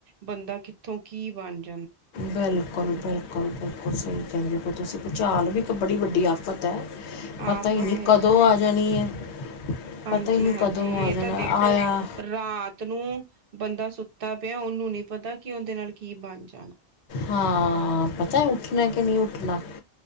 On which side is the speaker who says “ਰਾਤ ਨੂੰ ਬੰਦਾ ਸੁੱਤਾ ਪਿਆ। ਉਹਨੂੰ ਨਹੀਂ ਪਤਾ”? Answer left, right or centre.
Right